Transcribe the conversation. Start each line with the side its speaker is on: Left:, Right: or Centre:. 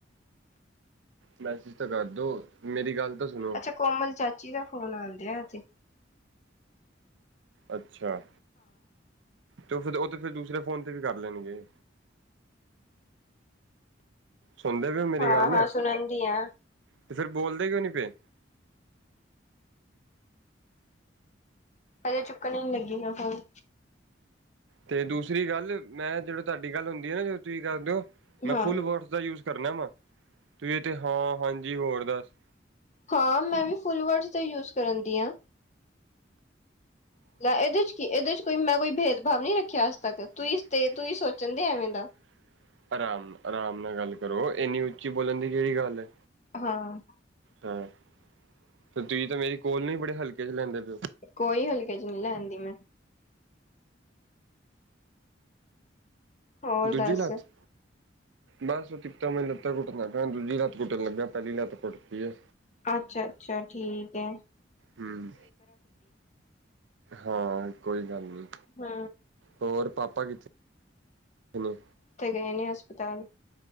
Right: ਮੈਸੇਜ ਤਾਂ ਕਰਦੋ, ਮੇਰੀ ਗੱਲ ਤਾਂ ਸੁਣੋ।
Left: ਅੱਛਾ ਕੋਮਲ ਚਾਚੀ ਦਾ ਫ਼ੋਨ ਅੰਦਿਆ ਏ ਜੇ
Right: ਅੱਛਾ ਤੇ ਓ ਫਿਰ ਓ ਤੇ ਫਿਰ ਦੂਸਰੇ ਫੋਨ ਤੇ ਵੀ ਕਰ ਲੈਣਗੇ। ਸੁਣਦੇ ਪਏ ਹੋ ਮੇਰੀ
Left: ਹਾਂ-ਹਾਂ
Right: ਗੱਲ
Left: ਸੁਣਦੀ ਆ।
Right: ਤੇ ਫੇਰ ਬੋਲਦੇ ਕਿਉਂ ਨੀ ਪਏ?
Left: ਹਜੇ ਚੁੱਕਣ ਨੀ ਲੱਗੀ ਮੈਂ ਫੋਨ।
Right: ਤੇ ਦੂਸਰੀ ਗੱਲ ਮੈਂ ਜਦੋਂ ਤੁਆਡੀ ਗੱਲ ਹੁੰਦੀ ਐ ਨਾ ਜਦੋ ਤੁਸੀਂ ਕਰ ਦੇਓ ਮੈਂ
Left: ਹਾਂ
Right: ਫੁਲ ਵਰਡਜ਼ ਦਾ ਯੂਜ ਕਰਨਾ ਵਾ ਤੁਸੀ ਤੇ ਹਾਂ ਹਾਂਜੀ ਹੋਰ ਦੱਸ
Left: ਹਾਂ ਮੈਂ ਵੀ ਫੁਲ ਵਰਡਜ਼ ਦਾ ਯੂਜ ਕਰਨ ਦੀ ਆ।
Right: <unintelligible>
Left: ਲੈ ਇਹਦੇ ਚ ਕੀ ਇਹਦੇ ਚ ਕੋਈ ਮੈਂ ਕੋਈ ਭੇਦਭਾਵ ਨਹੀਂ ਰੱਖਿਆ ਅੱਜ ਤੱਕ ਤੂੰ ਹੀ ਤੇ ਤੂੰ ਹੀ ਸੋਚਣ ਦੇ ਐਵੇਂ ਦਾ
Right: ਆਰਾਮ-ਆਰਾਮ ਨਾਲ ਗੱਲ ਕਰੋ ਏਨੀ ਉੱਚੀ ਬੋਲਣ ਦੀ ਕੇੜੀ ਗੱਲ ਐ।
Left: ਹਾਂ।
Right: ਹਾਂ, ਤੇ ਤੁਸੀਂ ਤਾਂ ਮੇਰੀ ਕੋਲ ਨੂੰ ਬੜੇ ਹਲਕੇ ਚ ਲੈਂਦੇ ਪਿਓ।
Left: ਕੋਈ ਹਲਕੇ ਚ ਨੀ ਲੈਂਦੀ ਮੈਂ। ਹੋਰ
Right: ਦੂਜੀ
Left: ਦੱਸ
Right: ਲੱਤ ਬਸ ਇੱਕ ਤਾਂ ਮੈੈਂ ਲੱਤ ਕੁੱਟਦਾ ਪਿਆ ਦੂਜੀ ਲੱਤ ਕੁੱਟਣ ਲੱਗਿਆ ਪੈਲੀ ਲੱਤ ਕੁੱਟ ਤੀਏ।
Left: ਅੱਛਾ-ਅੱਛਾ ਠੀਕ ਐ।
Right: ਹੂੰ, ਹਾਂ ਕੋਈ ਗੱਲ ਨੀ।
Left: ਹੂੰ।
Right: ਹੋਰ ਪਾਪਾ ਕਿਥੇ? ਥੇ ਨੇ?
Left: ਓਥੇ ਗਏ ਨੇ ਹਸਪਤਾਲ।